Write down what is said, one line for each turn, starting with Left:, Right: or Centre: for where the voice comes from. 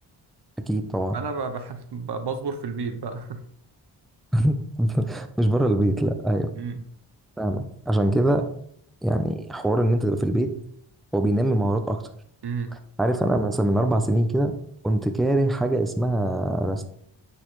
Centre: اكيد طبعا
Right: انا ب- بح- ب- بصبر في البيت بقى <laughs>
Centre: <laughs> مش بره البيت لا ايوه
Right: امم
Centre: فاهمك عشان كده يعني حوار ان انت تبقى في البيت هو بينمي مهارات اكتر
Right: امم
Centre: عارف انا مثلا من اربع سنين كده كنت كاره حاجه اسمها رسم